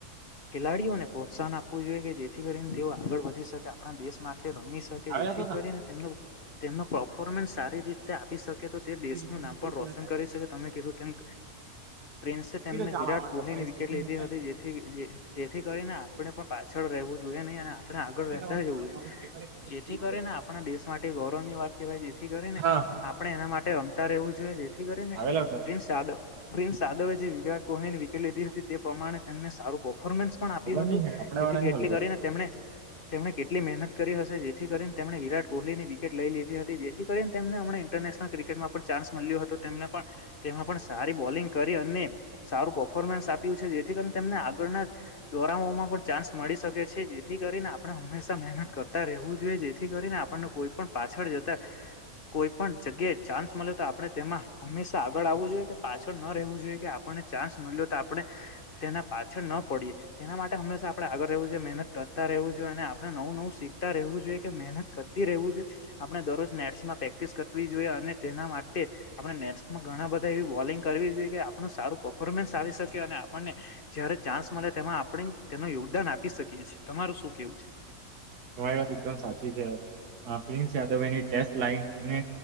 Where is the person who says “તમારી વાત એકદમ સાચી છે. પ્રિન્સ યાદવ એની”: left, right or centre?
Right